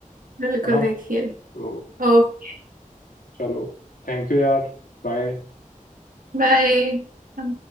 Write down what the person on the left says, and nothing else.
है ना
तो
चलो थैंक यू यार बाय